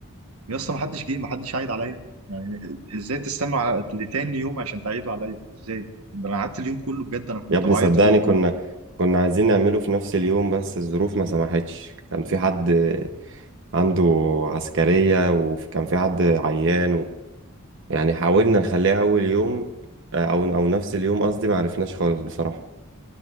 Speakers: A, on the right; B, on the right.
A: يا اسطى ما حدش جه ما حدش عايد عليا يعني ازاي تستنوا على لتاني يوم عشان تعيدوا عليا ازاي ده انا قعدت اليوم كله بجد انا كنت
B: يا ابني
A: بعيط
B: صدقني
A: اليوم كله
B: كنا كنا عايزين نعمله في نفس اليوم بس الظروف ما سمحتش كان في حد عنده عسكرية وكان في حد عيان و... يعني حاولنا نخليها أول يوم آه، أو أو نفس اليوم قصدي ما عرفناش خالص بصراحة